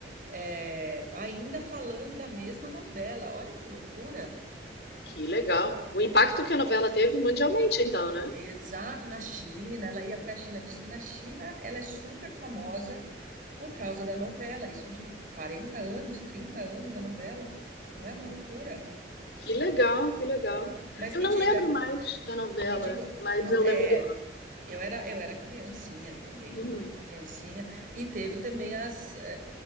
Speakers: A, on the right (about 50°); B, on the left (about 65°).
A: É, ainda falando da mesma novela. Olha que loucura!
B: Que legal. O impacto que a novela teve mundialmente, então, né?
A: Exato, na China, ela ia para a China, diz que na China ela é super famosa por causa da novela, isso de 40 anos, 30 anos da novela, não é uma loucura?
B: Que legal, que legal.
A: Mas
B: Eu
A: me
B: não
A: diga,
B: lembro mais da novela,
A: me diga,
B: mas
A: não
B: eu
A: é,
B: lembro do nome.
A: eu era eu era criancinha também,
B: Uhum.
A: muito criancinha, e teve também as é,